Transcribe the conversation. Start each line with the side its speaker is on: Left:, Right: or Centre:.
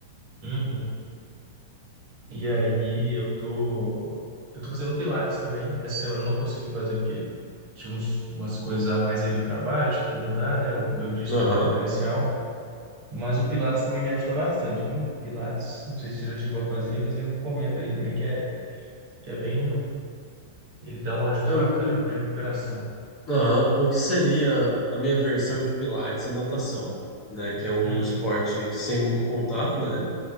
Right: Uhum. E aí eu tô, eu tô fazendo Pilates também. Essa semana eu não consegui fazer porque tinha uns, umas coisas a mais aí do trabalho, tive que mudar, né? O meu dia de
Left: Aham.
Right: trabalho presencial. Mas o Pilates também me ajuda bastante, viu? Pilates, não sei se você já chegou a fazer, mas eu recomendo aí também, que é, que é bem. Ele dá uma ajuda
Left: É
Right: bacana
Left: o,
Right: para minha recuperação.
Left: aham. O que seria a minha versão de pilates e natação, né? Que é um
Right: Hum,
Left: esporte sem muito contato, né?